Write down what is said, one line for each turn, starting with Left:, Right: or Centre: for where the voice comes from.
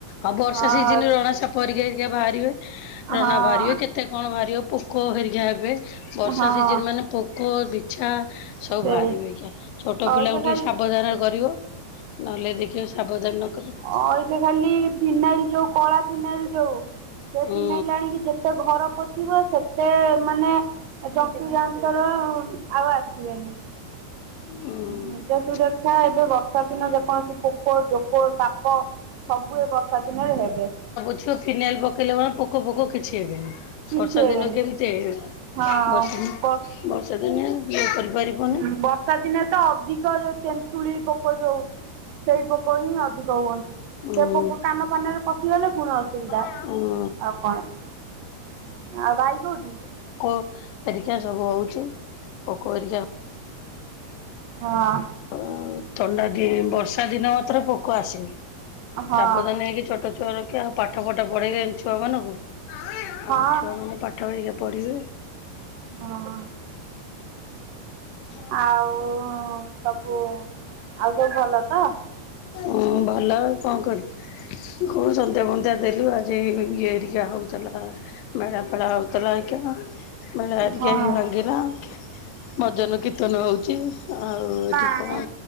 Left: ଆଉ ବର୍ଷା
Right: ହଁ
Left: ସିଜିନ ରଣା ସାପ ହେରିକା ହେରିକା ବାହାରିବେ। ରଣା
Right: ହଁ
Left: ବାହାରିବେ କେ ତେ କଣ ବାହାରିବ ପୋକ ହେରିକା ହେବେ। ବର୍ଷା
Right: ହଁ
Left: ସିଜନ୍ ମାନେ ପୋକ, ବିଛା ସବୁ
Right: ସେ
Left: ବାହାରିବେ ଆଜ୍ଞା। ଛୋଟ
Right: ଅଇକା
Left: ପିଲାଙ୍କୁ
Right: ଖାଲି
Left: ଟିକେ ସାବଧାନ କରିବ। ନହେଲେ ଦେଖିବ ସାବଧାନ ନକଲେ।
Right: ଅଁ ଏଇତ ଖାଲି ଫିନାଇଲ ଯଉ କଳା ଫିନାଇଲ ଯୋଉ ସେ
Left: ହୁଁ
Right: ଫିନାଇଲି ଆଣିକି ଯେତେ ଘର ପୋଛିବ ସେ ତେ ମାନେ ଯନ୍ତୁଯାନ୍ତର ଆଉ ଆସିବେନି।
Left: ହୁଁ
Right: ନିଜ ସୁରକ୍ଷା ଏବେ ବର୍ଷା ଦିନ ଯେକୌଣସି ପୋକ, ଜୋକ, ସାପ ସବୁ ଏ ବର୍ଷା ଦିନରେ ହେବେ।
Left: ସେ ଫିନାଇଲ ପକେଇଲେ କଣ ପୋକ ଫୋକ କିଛି ହେବେନି।
Right: କିଛି
Left: ବର୍ଷା
Right: ହେବେନି
Left: ଦିନ କେମିତି
Right: ହଁ।
Left: ବର୍ଷା ଦିନେ
Right: ବର୍ଷ
Left: ବର୍ଷା ଦିନେ ଇଏ କରିପାରିବନି।
Right: ହୁଁ ବର୍ଷା ଦିନେ ତ ଅଧିକ ଯୋଉ ତେନ୍ତୁଳି ପୋକ ଯୋଉ। ସେଇ ପୋକ ହିଁ ଅଧିକ ହୁଅନ୍ତି।
Left: ହୁଁ।
Right: ସେ ପୋକ କାନ କାନରେ ପଶିଗଲେ ପୁଣି ଅସୁବିଧା
Left: ଉଁ
Right: ଆଉ କଣ ଆଉ ଭାଇ କୋଉଠି?
Left: କ ଏରିକା ସବୁ ହଉଛି ପୋକ ହେରିକା
Right: ହଁ।
Left: ତ ଆଉ ଥଣ୍ଡା ଦି ବର୍ଷା ଦିନ ଏଥରେ ପୋକ ଆସିନି
Right: ହଁ
Left: ସାବଧାନ ହେଇକି ଛେଟ ଛୁଆ ରଖିବା ଆଉ ପାଠ ଫାଠ ପଢେଇଲେଣି ଛୁଆ ମାନଙ୍କୁ
Right: ହଁ
Left: ଆଉ ଛୁଆ ମାନେ ପାଠହରିକା ପଢିବେ।
Right: ହଁ।
Left: <unintelligible>
Right: ଆଉ ସବୁ ଆଉ ସବୁ ଭଲ ତ?
Left: ହଁ ଭଲ ଆଉ କଣ କରିବି। ଜଉ ସନ୍ଧ୍ୟା ଫନ୍ଧ୍ୟା ଦେଲୁ ଆଜି ଇଏ ହେରିକା ହେଉଥିଲା। ମେଳା ଫେଳା ହୋଉଥିଲା ଏଇକା ମେଳ ଆରିକା
Right: ହଁ।
Left: ଭାଙ୍ଗିଲା ମଧ କୀର୍ତ୍ତନ ହେଉଛି ଆଉ ଏଠି
Right: ନାଇଁ
Left: କଣ।